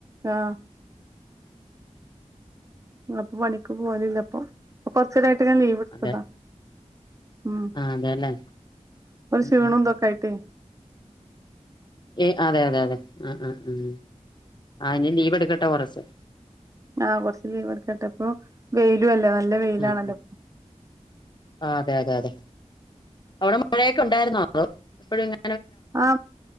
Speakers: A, on the right; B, on the left.
A: ആ- അപ്പം പണിക്ക് പോവല്ല്ലഅപ്പം ഇപ്പം കൊറച്ച്നേരാ ട്ട് ലീവ് എടുത്തതാ
B: അതെ
A: ഉം
B: ആഹ് അതെല്ലേ
A: ഒര്
B: ഉം
A: ക്ഷീണന്തൊക്കൊയിട്ട്-
B: ഉം യെ അതെ അതെ അതെ ഉം ഉം ഉം ആാ നി ലീവ് എടുക്കട്ടെ കൊറച്ച്
A: ആാ കൊറച്ച് ലീവ് എടുക്കട്ടപ്പോ വെയിലും അല്ലോ നല്ല വെയിലാണല്ലോ
B: ഉം ഉം
A: പ്-
B: ആഹ് അതെ അതെ അതെ അവടെ മഴേ ഒണ്ടാര്ന്നോ ഓ എപ്പഴുങ്ങ
A: ആാ